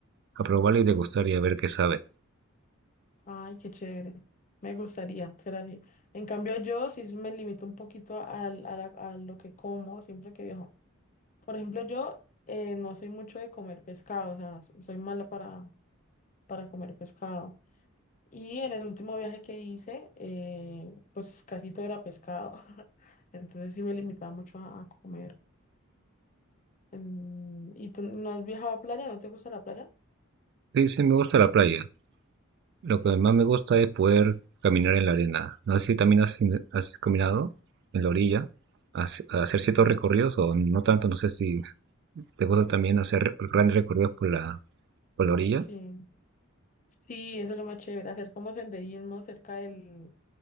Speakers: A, on the right; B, on the left.
A: a probarlo y degustar y a ver qué sabe.
B: Ay, qué chévere. Me gustaría ser así. En cambio, yo sí me limito un poquito al- a, la- a lo que como siempre que viajo. Por ejemplo, yo eh, no soy mucho de comer pescado, o sea, so- soy mala para, para comer pescado. Y en el último viaje que hice, eh, pues casi todo era pescado. <laughs> Entonces sí me limitaba mucho a, a comer. Mm, ¿Y tú no has viajado a playa? ¿No te gusta la playa?
A: Sí, sí, me gusta la playa. Lo que más me gusta es poder caminar en la arena. No sé si también has, in- has caminado en la orilla, has- a hacer ciertos recorridos o no tanto. No sé si te gusta también hacer re- grandes recorridos por la, por la orilla.
B: Sí. Sí, eso es lo más chévere, hacer como senderismo cerca del,